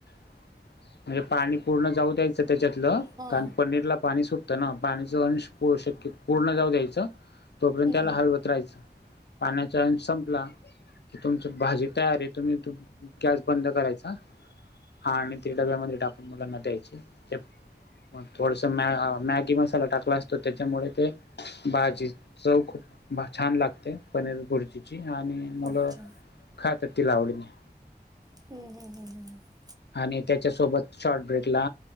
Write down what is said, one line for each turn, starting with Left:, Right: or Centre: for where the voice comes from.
Left: - म्हणजे पाणी पूर्ण जाऊ द्यायचं त्याच्यातलं
Right: हां
Left: कारण पनीरला पाणी सुट - हो ना पाणीच अंश शक्य पूर्ण जाऊ द्यायचं - तोपर्यंत
Right: हम्म,
Left: त्याला हालवत राहायचं पाण्याचा संपला. कि तुमच भाजी तयार आहे तुम्ही गॅस बंद करायचा - हा आणि ते डब्यामध्ये टाकून मुलांना द्यायचे - मग थोडस म मॅगी मसाला टाकला असतो त्याच्यामुळे ते, भाजीऽ चव खूप छान लागते, पनीर भुर्चीची, आणि मुलं.
Right: अच्छा
Left: खा तर ती ला आवडत नाही.
Right: हम्, हम्, हम्, ह् ह
Left: आणि त्याच्यासोबत शॉर्ट ब्रेकला,,